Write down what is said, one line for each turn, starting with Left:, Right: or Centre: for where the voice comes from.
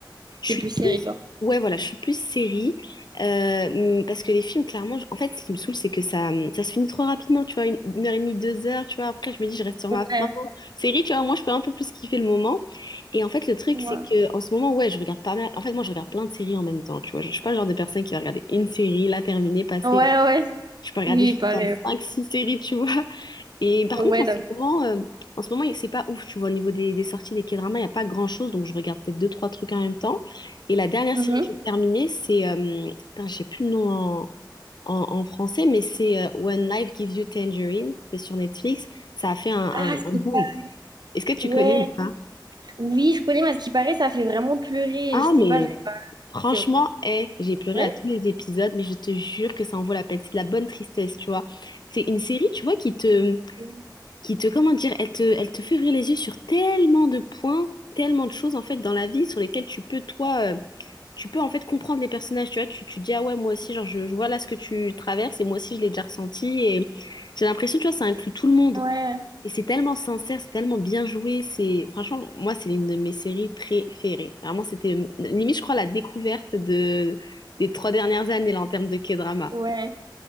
Left: Je
Right: T'es
Left: suis
Right: plus série,
Left: plus...
Right: toi.
Left: Ouais, voilà, je suis plus série. Euh, hum, parce que les films, clairement, je- en fait, ce qui me saoule, c'est que ça, hum, ça se finit trop rapidement, tu vois, une, une heure et demie, deux heures, tu vois. Après, je me dis, je reste sur ma
Right: Ouais,
Left: faim. Série, tu vois, moi, je peux un peu plus kiffer le moment. Et en fait, le truc,
Right: ouais.
Left: c'est que en ce moment, ouais, je regarde pas mal. En fait, moi, je regarde plein de séries en même temps, tu vois. Genre, je suis pas le genre de personne qui va regarder une série, la terminer, passer.
Right: Ouais, ouais.
Left: Je peux regarder
Right: Oui,
Left: jusqu'à
Right: pareil.
Left: 5-6 séries, tu vois. Et par
Right: Ouais,
Left: contre, en
Right: donc.
Left: ce moment, euh, en ce moment, c'est pas ouf, tu vois, au niveau des, des sorties des K-dramas, il n'y a pas grand-chose, donc je regarde peut-être deux, trois trucs en même temps. Et la dernière
Right: Mhm.
Left: série que j'ai terminée, c'est, euh, putain, j'ai plus le nom en, en- en français, mais c'est euh, When Life Gives You Tangerine, c'est sur Netflix, ça a fait un,
Right: Ah,
Left: un- un
Right: c'est
Left: boom.
Right: pas.
Left: Est-ce que tu
Right: Ouais.
Left: connais ou pas?
Right: Oui, je connais, mais à ce qui paraît, ça fait vraiment pleurer.
Left: Ah,
Right: Je sais
Left: mais
Right: pas, je-
Left: franchement,
Right: c'est
Left: hé, j'ai pleuré
Right: vrai?
Left: à tous les épisodes, mais je te jure que ça en vaut la peine. C'est de la bonne tristesse, tu vois. C'est une série, tu vois, qui te
Right: Non.
Left: qui te, comment dire, elle te, elle te fait ouvrir les yeux sur tellement de points, tellement de choses en fait dans la vie sur lesquelles tu peux toi, euh, tu peux en fait comprendre les personnages, tu vois, tu, tu dis ah ouais moi aussi genre je, je vois là ce que tu traverses et moi aussi je l'ai déjà ressenti et j'ai l'impression tu vois ça inclut tout le monde
Right: Ouais,
Left: et c'est tellement sincère, c'est tellement bien joué, c'est franchement moi c'est l'une de mes séries préférées. Vraiment c'était euh, limite je crois la découverte de des trois dernières années là en termes de K-drama.
Right: ouais.